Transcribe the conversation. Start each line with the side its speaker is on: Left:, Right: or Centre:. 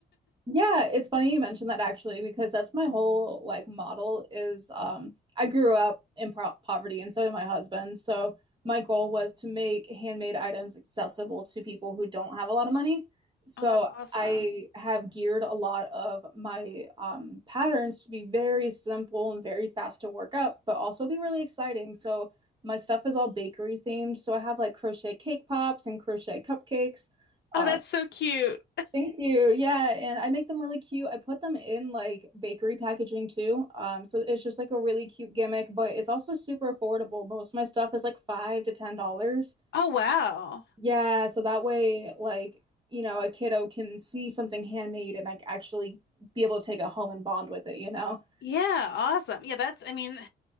Right: Yeah, it's funny you mentioned that actually, because that's my whole like model is um I grew up in pro poverty and so did my husband. So my goal was to make handmade items accessible to people who don't have a lot of money. So
Left: Oh, that's awesome.
Right: I have geared a lot of my um, patterns to be very simple and very fast to work up, but also be really exciting. So my stuff is all bakery themed. So I have like crochet cake pops and crochet cupcakes uh,
Left: Oh, that's so cute.
Right: Thank you. Yeah, and I make them really cute. I put them in like bakery packaging too. Um, so it's just like a really cute gimmick, but it's also super affordable. Most of my stuff is like five to ten dollars.
Left: Oh, wow.
Right: Yeah, so that way, like, you know, a kiddo can see something handmade and like actually be able to take it home and bond with it, you know?
Left: Yeah, awesome. Yeah, that's, I mean,